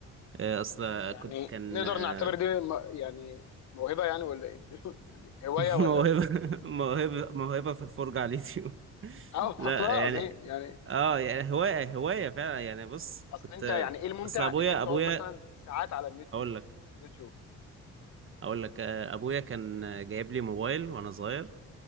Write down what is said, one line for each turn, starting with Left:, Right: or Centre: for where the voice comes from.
Right: آه، اصل
Left: يعني
Right: كنت كان
Left: نقدر
Right: آه،
Left: نعتبر دي م- يعني موهبه يعني ولا ايه <laughs> يعني هوايه
Right: <laughs>
Left: ولا
Right: موهبة موهبة موهبة في الفرجة على اليوتيوب <laughs>
Left: اه
Right: لا
Left: والله العظيم
Right: يعني
Left: يعني
Right: اه يعني هواية هواية فعلا يعني بص
Left: اصل
Right: كنت
Left: انت يعني ايه الممتع
Right: اصل ابويا
Left: انك تقعد
Right: ابويا
Left: مثلا ساعات على النت
Right: اقول لك
Left: يوتيوب
Right: اقول لك آه، ابويا كان جايب لي موبايل وانا صغير